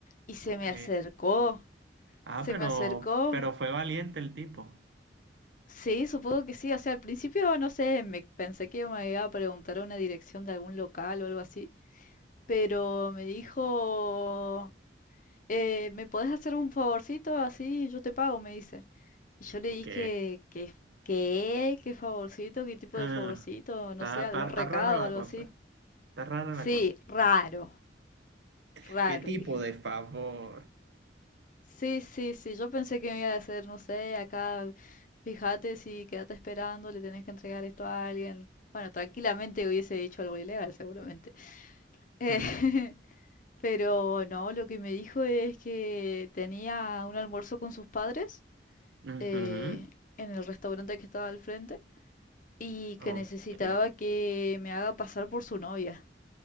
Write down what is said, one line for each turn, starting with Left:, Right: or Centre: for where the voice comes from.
Left: y se
Right: Ok.
Left: me acercó,
Right: Ah,
Left: se
Right: pero,
Left: me acercó.
Right: pero fue valiente el tipo.
Left: Sí, supongo que sí. O sea, al principio no sé, me pensé que me iba a preguntar una dirección de algún local o algo así, pero me dijo, eh, ¿me podés hacer un favorcito? Así yo te pago, me dice. Y yo le
Right: Ok.
Left: dije que, ¿qué? ¿Qué favorcito? ¿Qué tipo
Right: Ah,
Left: de favorcito?
Right: está,
Left: No sé,
Right: está,
Left: algún
Right: está
Left: recado,
Right: rara la
Left: algo
Right: cosa.
Left: así.
Right: Está rara la
Left: Sí,
Right: cosa.
Left: raro.
Right: <laughs>
Left: Raro,
Right: ¿Qué tipo
Left: dije.
Right: de favor?
Left: Sí, sí, sí, yo pensé que me iba a hacer, no sé, acá, fíjate si quédate esperando, le tenés que entregar esto a alguien. Bueno, tranquilamente hubiese dicho algo ilegal, seguramente. Eh,
Right: Hmm,
Left: <laughs> pero no, lo que me dijo es que tenía un almuerzo con sus padres
Right: ujú.
Left: eh, en el restaurante que estaba al frente y que
Right: Ok.
Left: necesitaba que me haga pasar por su novia.